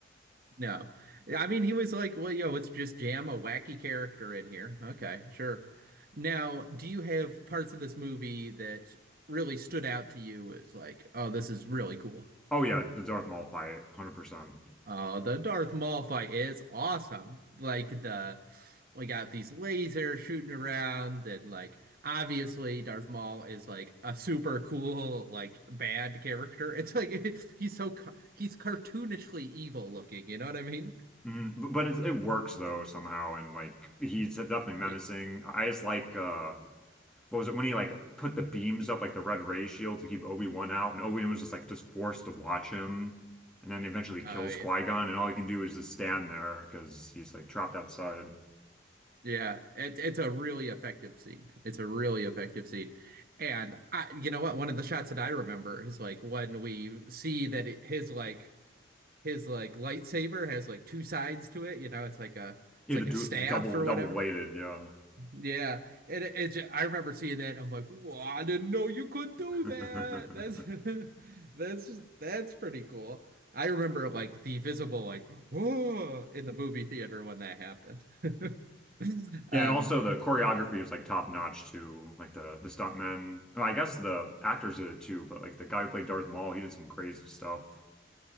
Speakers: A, on the right (about 45°); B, in the centre.
A: no. I mean, he was like, well, yo, let's just jam a wacky character in here. Okay, sure. Now, do you have parts of this movie that really stood out to you as like, oh, this is really cool?
B: Oh yeah, the Darth Maul fight, one hundred percent.
A: Oh, the Darth Maul fight is awesome. Like the we got these lasers shooting around and like obviously Darth Maul is like a super cool like bad character. It's like <laughs> he's so ca- he's cartoonishly evil looking, you know what I mean?
B: Mhm. But, but it, it works though somehow, and like he's definitely menacing.
A: Oh yeah.
B: I just like uh what was it when he like put the beams up like the red ray shield to keep Obi-Wan out and Obi-Wan was just like just forced to watch him and then eventually kills
A: Oh yeah.
B: Qui-Gon and all he can do is just stand there because he's like trapped outside.
A: Yeah, it, it's a really effective scene. It's a really effective scene. And I, you know what? One of the shots that I remember is like when we see that it, his like his like lightsaber has like two sides to it. You know, it's like a
B: He
A: it's
B: had
A: like
B: to do
A: a staff
B: the double
A: or
B: double
A: whatever.
B: bladed, yeah.
A: Yeah, and it, it ju- I remember seeing that and I'm like, whoa, I didn't know you could do
B: <laughs>
A: that. That's <laughs> that's that's pretty cool. I remember like the visible like whoa in the movie theater when that happened. <laughs> Um,
B: Yeah, and also the choreography was like top notch too. Like the the stuntmen. Well, I guess the actors did it too, but like the guy who played Darth Maul, he did some crazy stuff.